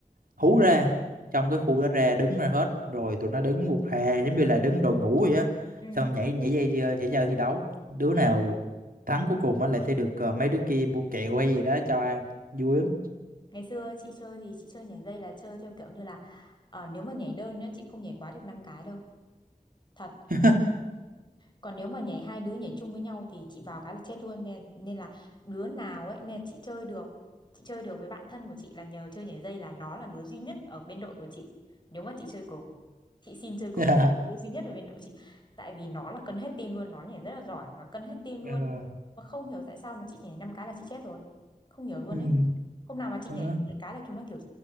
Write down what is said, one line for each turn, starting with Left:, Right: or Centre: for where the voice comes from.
Right: hú ra trong cái khu đó ra đứng ra hết rồi tụi nó đứng một hè giống như là đứng đội ngũ vậy á
Left: ừ
Right: xong nhảy nhảy dây ờ, nhảy dây thi đấu đứa nào thắng cuối cùng á là sẽ được ờ, mấy đứa kia mua kẹo hay gì đó cho ăn vui lắm
Left: Ngày xưa chị chơi thì chị chơi nhảy dây là chơi theo kiểu như là ờ, nếu mà nhảy đơn nhá chị không nhảy quá được 5 cái đâu. Thật
Right: <laughs>
Left: còn nếu mà nhảy hai đứa nhảy chung với nhau thì chị vào cái là chết luôn nên nên là đứa nào ấy nên là chị chơi được chị chơi được với bạn thân của chị là nhờ chơi nhảy dây là nó là đứa duy nhất ở bên đội của chị nếu mà chị chơi cùng chị xin chơi cùng
Right: yeah.
Left: thì đứa duy nhất ở bên đội chị tại vì nó là cân hết tim luôn nó nhảy rất là giỏi nó cân hết tim luôn
Right: Ờ.
Left: mà không hiểu tại sao mà chị nhảy năm cái là chị chết rồi không hiểu luôn
Right: ừ.
Left: ấy hôm nào mà chị
Right: Đó.
Left: nhảy được mấy cái là chúng nó kiểu